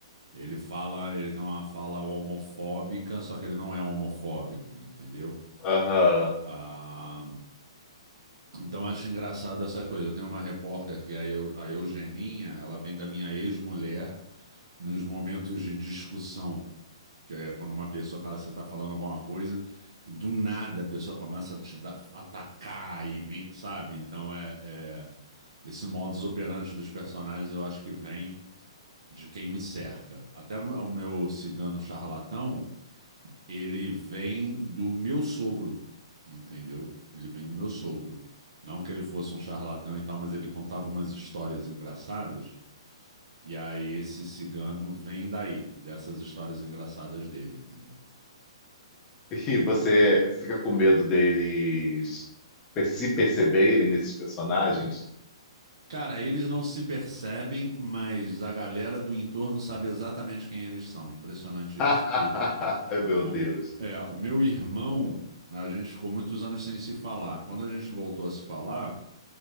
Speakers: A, on the right; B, on the left.
A: Ele fala, ele tem uma fala homofóbica, só que ele não é homofóbico, entendeu?
B: Aham.
A: Ah, Então acho engraçado essa coisa. Eu tenho uma repórter que é a Eu- a Eugeninha, ela vem da minha ex-mulher nos momentos de discussão, que é quando uma pessoa, cara, você tá falando alguma coisa e do nada a pessoa começa a te dar- atacar e vir, sabe? Então é, é- esse modus operandi dos personagens eu acho que vem de quem me cerca. Até o meu cigano charlatão ele vem do meu sogro, entendeu? Ele vem do meu sogro. Não que ele fosse um charlatão e tal, mas ele contava umas histórias engraçadas. E aí esse cigano vem daí, dessas histórias engraçadas dele, entendeu?
B: E você fica com medo deles per- se perceberem nesses personagens?
A: Cara, eles não se percebem, mas a galera do entorno sabe exatamente quem eles são. Impressionante
B: <laughs> Ai,
A: isso. Que
B: meu
A: o,
B: Deus,
A: é, o meu irmão, a gente ficou muitos anos sem se falar. Quando a gente voltou a se falar,